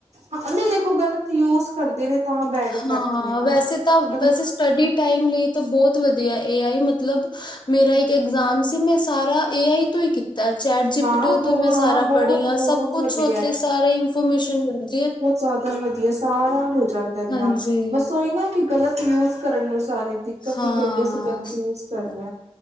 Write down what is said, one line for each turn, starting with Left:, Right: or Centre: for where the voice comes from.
Right: ਹਾਂ ਨਹੀਂ ਦੇਖੋ ਗਲਤ ਯੂਜ ਕਰਦੇ ਨੇ <unintelligible> ਤਾਂ ਬੈਡ
Left: ਹਾਂ
Right: ਇਫੈਕਟ ਨੇ ਨਾ
Left: ਵੈਸੇ ਤਾਂ
Right: ਅਗਰ
Left: ਵੈਸੇ ਸਟੱਡੀ ਟਾਈਮ ਲਈ ਤਾ, ਬਹੁਤ ਵਧੀਆ। ਏ ਆਈ ਮਤਲਬ ਮੇਰਾ ਇੱਕ ਇਗਜ਼ਾਮ ਸੀ, ਮੈਂ ਸਾਰਾ ਏ ਆਈ ਤੋਂ ਈ ਕੀ ਤਾਂ, ਚੈਟ ਜੀਪੀਟੀ
Right: ਹਾਂ ਬ
Left: ਤੋਂ ਮੈਂ
Right: ਹਾਂ
Left: ਸਾਰਾ
Right: ਬਹੁਤ
Left: ਪੜ੍ਹੀ ਆਂ,
Right: ਬਹੁਤ
Left: ਸਭ ਕੁਛ
Right: ਵਧੀਆ
Left: ਓਥੇ, ਸਾਰਾ ਈ ਇਨਫੋਰਮੇਸ਼ਨ ਮਿਲਦੀਏ।
Right: ਜਾਦਾ ਵਦੀਆ, ਸਾਰਾ ਹੋ ਜਾਂਦਾ ਇਹਦੇ
Left: ਹਾਂਜੀ
Right: ਨਾਲ, ਬਸ ਓਈ ਨਾ ਕਿ ਗਲਤ ਯੂਜ਼ ਕਰਣ ਨਾਲ ਸਾਰੇ ਦਿੱਕਤ
Left: ਹਾਂ
Right: ਇਕ ਹੈਗੀਏ, ਅਸੀ ਗਲਤ ਯੂਜ਼ ਕਰਨੇ ਆ।